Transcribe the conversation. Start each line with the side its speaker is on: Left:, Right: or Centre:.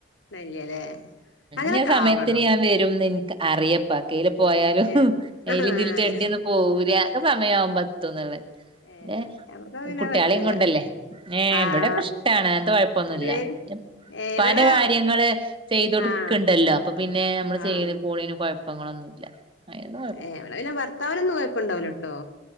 Left: ഇല്ലല്ലേ അങ്ങനൊക്കെ
Right: ഞൻ <unintelligible> സമയത്തിന്
Left: ആവണം
Right: ഞാൻ വരും എ അറിയപ്പ കയ്യില് പോയാലും
Left: ഏ
Right: കയ്ൽ
Left: അങ്ങനെ
Right: ഇതിണ്ടിന്ന പോവൂല സമയവുമ്പത്തുന്നള്
Left: ഏ
Right: എ
Left: നമുക്ക് പിന്നെ
Right: കുട്ടിയേളെ
Left: പറ്റൂല
Right: കൊണ്ടല്ലേ. ഏ
Left: ആഹ്
Right: ഇവിടെയൊക്കെ ഇഷ്ടാണ് അങ്ങനത്ത കൊഴപ്പൊന്നുല്ല.
Left: ആണ് ഏ
Right: പ്പാന്റെ
Left: ഇവിടെ
Right: കാര്യങ്ങള് ചെയ്ത്കൊടുക്കുണ്ടല്ലോ
Left: ആഹ്
Right: അപ്പൊ പിന്നെ നമ്മള്
Left: ആഹ്
Right: ചെയ്യന് പോണീന് കുഴപ്പങ്ങളൊന്നുല്ല അയ്ൻ.
Left: എ പിന ഭർത്താവിനന്നും കൊയപ്പുണ്ടവൂലട്ടോ